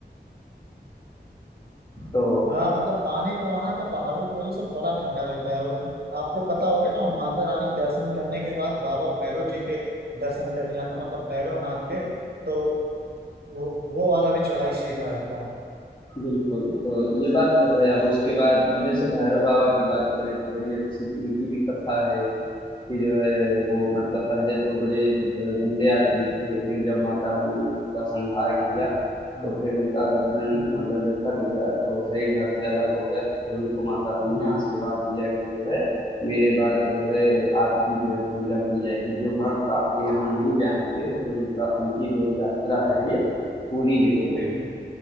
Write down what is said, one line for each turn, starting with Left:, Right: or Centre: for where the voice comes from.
Left: तो
Right: हाँ मतलब पानी तो वहाँ का पहाड़ों की वजह से बड़ा ठंडा रहता है और आपको पता होगा कि हम माता रानी के दर्शन करने के बाद बाबा भैरव जी के दर्शन करने जाते हैं मतलब भैरव नाथ के तो वो वो वाला भी चढ़ाई सीधा है एकदम
Left: बिल्कुल, तो ये बात तो है। अब उसके बाद अब जैसे भैरव बाबा की बात करें तो बड़ी अच्छी उनकी भी कथा है कि जो है वो मतलब पहले तो बड़े अ, गंदे आदमी थे लेकिन जब माता रानी ने उनका संहार किया
Right: हाँ
Left: तो फिर उनका गर्दन
Right: हम्म,
Left: मतलब जो कट गया तो सही धड़ से अलग हो गया तो फिर उनको माता रानी
Right: हाँ
Left: ने आशीर्वाद दिया कि जो है मेरे बाद जो है आपकी जो है पूजा की जाएगी जो भक्त आपके यहाँ नहीं जाएंगे फिर उनका उनकी जो यात्रा है ये पूरी नहीं
Right: पूरी
Left: होगी
Right: नहीं।